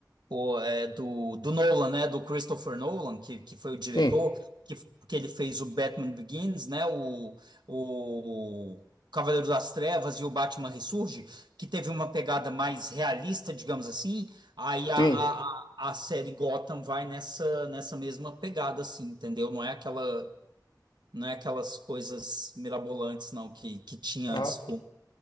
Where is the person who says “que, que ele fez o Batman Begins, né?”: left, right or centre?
Right